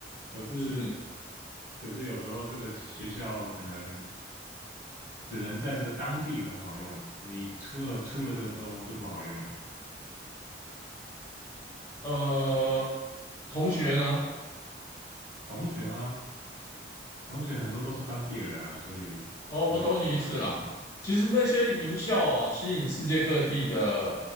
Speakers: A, on the right; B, on the left.
A: 可是，
B: 是
A: 可是有时候这个学校可能只能在这个当地很好用，你出了出了这个州就不好用了。
B: 呃同学呢？
A: 同学吗？同学很多都是当地人啊，所以我也不知道要怎么
B: 哦，我懂你意思啦。其实那些名校啊，吸引世界各地的